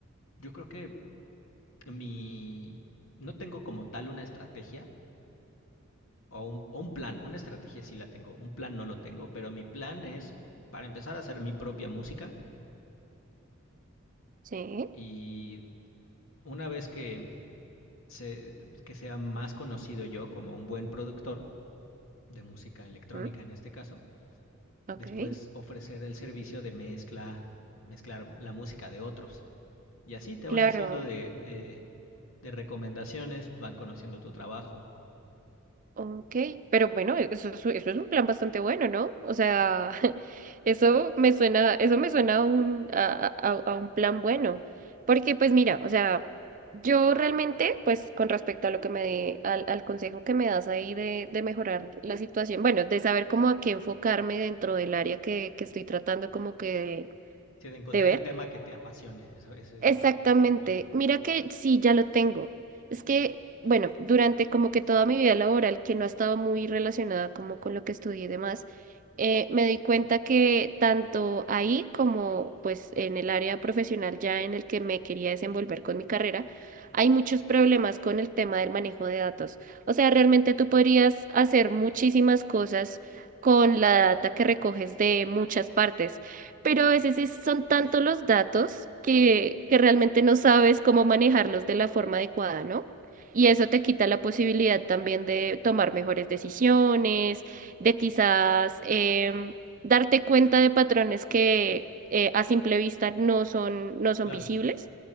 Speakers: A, on the left; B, on the right.
A: yo creo que mi... No tengo como tal una estrategia o un, o un plan, una estrategia sí la tengo, un plan no lo tengo, pero mi plan es para empezar a hacer mi propia música
B: Sí.
A: y una vez que, se, que sea más conocido yo como un buen productor de música electrónica
B: ¿Mm?
A: en este caso,
B: Ok.
A: después ofrecer el servicio de mezcla, mezclar la música de otros. Y así te
B: Claro.
A: vas haciendo de, de, de recomendaciones, van conociendo tu trabajo.
B: Ok, pero bueno, eso, es- eso es un plan bastante bueno, ¿no? O sea, <laughs> eso me suena, eso me suena a un, a, a- a un plan bueno. Porque, pues mira, o sea, yo realmente, pues con respecto a lo que me di- al, al consejo que me das ahí de, de mejorar la situación, bueno, de saber cómo a qué enfocarme dentro del área que, que estoy tratando como que
A: Si de encontrar
B: de, de ver.
A: el tema que te apasione, eso, eso es
B: Exactamente.
A: lo que yo digo.
B: Mira que sí, ya lo tengo. Es que, bueno, durante como que toda mi vida laboral, que no ha estado muy relacionada como con lo que estudié y demás, eh, me di cuenta que tanto ahí como pues en el área profesional ya en el que me quería desenvolver con mi carrera, hay muchos problemas con el tema del manejo de datos. O sea, realmente tú podrías hacer muchísimas cosas con la data que recoges de muchas partes pero a veces es- son tantos los datos que, que realmente no sabes cómo manejarlos de la forma adecuada, ¿no? Y eso te quita la posibilidad también de tomar mejores decisiones, de quizás em, darte cuenta de patrones que eh, a simple vista no son, no son
A: Claro,
B: visibles.